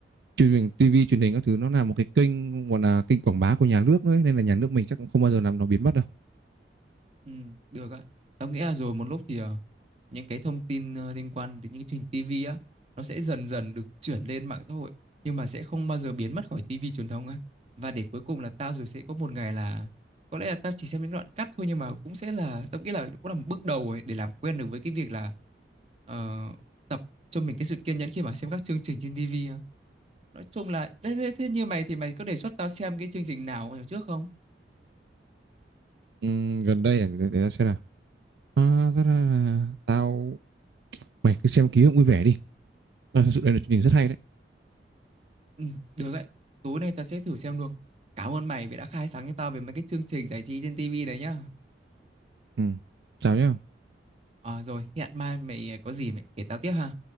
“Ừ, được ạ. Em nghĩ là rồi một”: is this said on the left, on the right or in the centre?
Right